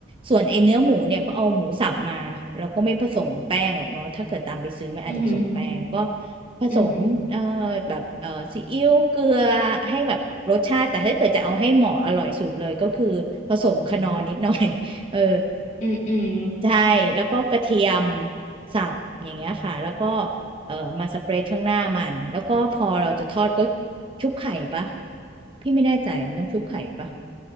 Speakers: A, on the right; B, on the left.
A: ส่วนไอ้เนื้อหมูเนี่ยก็เอาหมูสับมาเราก็ไม่ผสมแป้งหรอกเนาะถ้าเกิดตามไปซื้อมันอาจจะผสมแป้งก็
B: อือหือ
A: ผสมเอ่อ
B: อือหือ
A: แบบเอ่อซีอิ๊วเกลือให้แบบรสชาติแต่ถ้าเกิดจะเอาให้เหมาะอร่อยสุดเลยก็คือผสมคนอร์นิดหน่อย <laughs> เออ
B: อืมอืม
A: ใช่แล้วก็กระเทียมสับอย่างเงี้ยค่ะแล้วก็เอ่อมาสเปรย์ข้างหน้ามันแล้วก็พอเราจะทอดก็ชุบไข่ปะพี่ไม่แน่ใจมันต้องชุบไข่ปะ
B: อืม